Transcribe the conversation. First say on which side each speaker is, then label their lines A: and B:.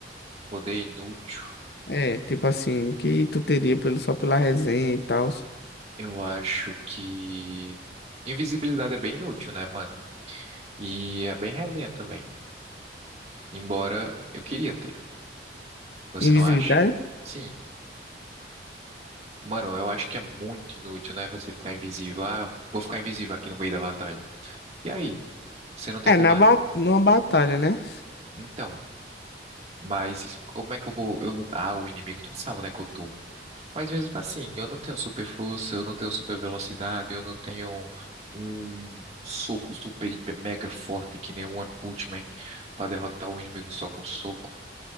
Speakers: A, on the right (about 35°); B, on the left (about 65°).
A: um poder inútil,
B: É, tipo assim, que tu teria pelo, só pela resenha e tal.
A: eu acho que invisibilidade é bem inútil, né, mano? E é bem resenha também. Embora eu queria ter. Você
B: Invisibilidade?
A: não acha? Sim. Mano, eu acho que é muito inútil, né? Você ficar invisível. Ah, vou ficar invisível aqui no meio da batalha. E aí? Você não tem
B: É,
A: como
B: na ba numa batalha, né?
A: Então, mas como é que eu vou? Eu, ah, o inimigo não sabe onde é que eu tô. Mas mesmo assim, eu não tenho super força, eu não tenho super velocidade, eu não tenho um soco super, hiper, mega forte que nem o One Punch Man pra derrotar o inimigo só com um soco.